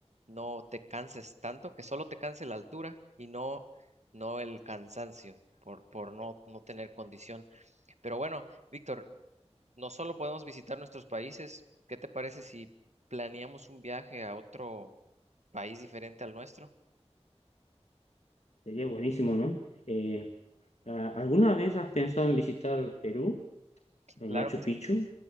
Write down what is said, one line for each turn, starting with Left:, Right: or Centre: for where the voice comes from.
Right: no te canses tanto, que solo te canse la altura y no, no el cansancio por, por no, no tener condición. Pero bueno, Víctor, no solo podemos visitar nuestros países, ¿qué te parece si planeamos un viaje a otro país diferente al nuestro?
Left: Sería buenísimo, ¿no? Eh, ah, ¿alguna vez has pensado en visitar Perú, en
Right: Claro
Left: Machu
Right: que
Left: Picchu?
Right: sí.